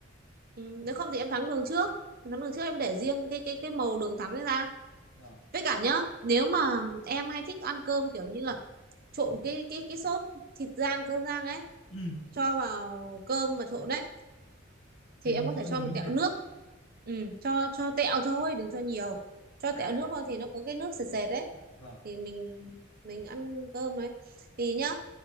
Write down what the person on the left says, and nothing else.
Vâng.
Ừ,
thì
mình
cho
nhiều
nước
lên.
À,
vâng,